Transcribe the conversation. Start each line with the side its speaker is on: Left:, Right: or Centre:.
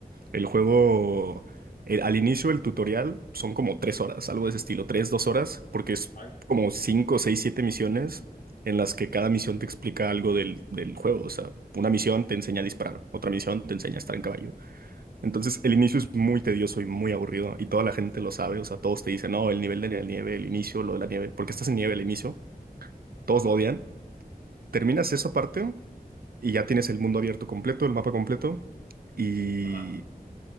Right: el juego, el- al inicio del tutorial son como tres horas, algo de ese estilo, tres, dos horas, porque es
Left: Ay.
Right: como cinco, seis, siete misiones en las que cada misión te explica algo del, del juego. O sea, una misión te enseña a disparar, otra misión te enseña a estar en caballo. Entonces, el inicio es muy tedioso y muy aburrido y toda la gente lo sabe. O sea, todos te dicen, no, el nivel de la nieve, el inicio, lo de la nieve, porque estás en nieve al inicio todos
Left: Ajá,
Right: lo odian. Terminas esa parte y ya tienes el mundo abierto completo, el mapa completo. Y
Left: ajá.